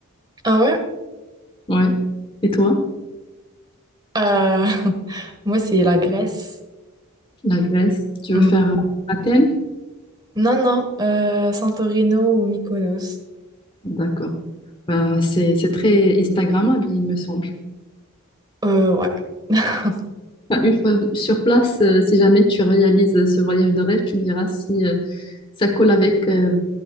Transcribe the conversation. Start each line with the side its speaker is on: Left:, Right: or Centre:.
Right: Ah ouais?
Left: Ouais. Et toi,
Right: Euh, <laughs> Moi, c'est la Grèce.
Left: la Grèce, tu
Right: Mm.
Left: veux faire euh, Athènes?
Right: Non, non, euh, Santorino ou Mykonos.
Left: D'accord. Bah, c'est c'est très Instagrammable, il me semble.
Right: Euh, ouais. <laughs>
Left: Enfin, une fois sur place, euh, si jamais tu réalises euh, ce voyage de rêve, tu me diras si euh, ça colle avec euh,